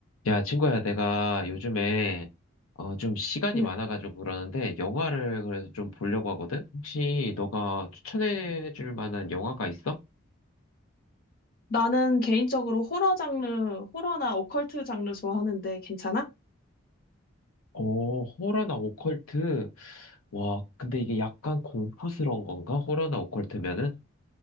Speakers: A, on the left (about 85°); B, on the left (about 45°).
A: 야, 친구야, 내가 요즘에 어, 좀 시간이
B: 응.
A: 많아가지고 그러는데 영화를 그래서 좀 보려고 하거든? 혹시 너가 추천해줄 만한 영화가 있어?
B: 나는 개인적으로 호러 장르, 호러나 오컬트 장르 좋아하는데 괜찮아?
A: 어, 호러나 오컬트. 와, 근데 이게 약간 공포스러운 건가? 호러나 오컬트면은?